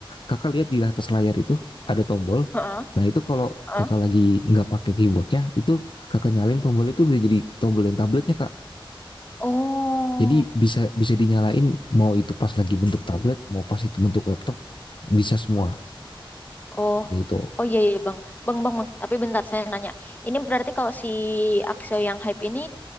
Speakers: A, on the left; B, on the left.
A: kakak lihat di atas layar itu ada tombol,
B: Heeh,
A: nah itu kalau
B: heeh.
A: kakak lagi nggak pakai keyboardnya itu kakak nyalain tombol itu udah jadi tombol yang tabletnya kak.
B: Oh,
A: Jadi bisa bisa dinyalain mau itu pas lagi bentuk tablet, mau pas itu bentuk laptop, bisa semua
B: oh,
A: gitu.
B: oh iya iya bang, bang bang bang. Tapi bentar saya nanya, ini berarti kalau si Axio yang hype ini